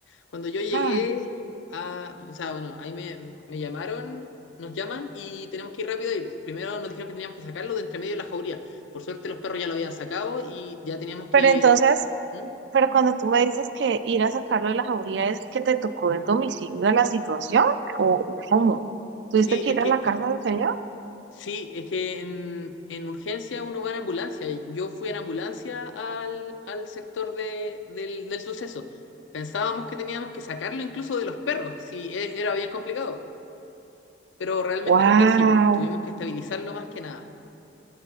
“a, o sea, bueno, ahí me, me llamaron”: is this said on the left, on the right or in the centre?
Left